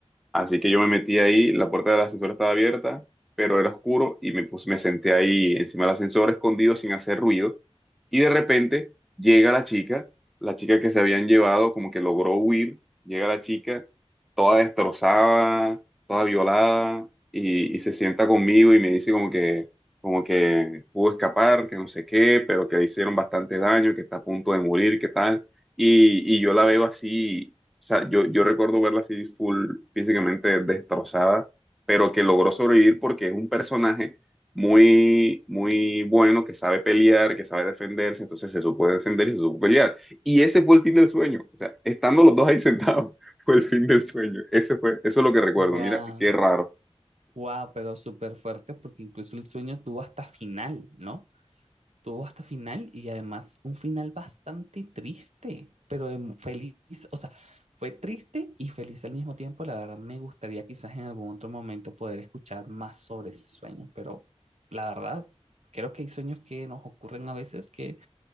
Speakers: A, in the centre; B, on the right.
A: Así que yo me metí ahí, la puerta del ascensor estaba abierta, pero era oscuro y me, pues, me senté ahí encima del ascensor escondido sin hacer ruido. Y de repente llega la chica, la chica que se habían llevado, como que logró huir, llega la chica toda destrozada, toda violada, y, y se sienta conmigo y me dice como que, como que pudo escapar, que no sé qué, pero que le hicieron bastante daño, que está a punto de morir, que tal. Y, y yo la veo así o sea, yo, yo recuerdo verla así full físicamente destrozada, pero que logró sobrevivir porque es un personaje muy, muy bueno, que sabe pelear, que sabe defenderse, entonces se supo defender y se supo pelear. Y ese fue el fin del sueño. O sea, estando los dos ahí sentados, <laughs> fue el fin del sueño. Ese fue, eso es lo que recuerdo.
B: Wow,
A: Mira, qué raro.
B: wow, pero súper fuerte porque incluso el sueño tuvo hasta final, ¿no? Tuvo hasta final y además un final bastante triste, pero em- feliz, o sea, fue triste y feliz al mismo tiempo. La verdad, me gustaría quizás en algún otro momento poder escuchar más sobre ese sueño, pero la verdad, creo que hay sueños que nos ocurren a veces que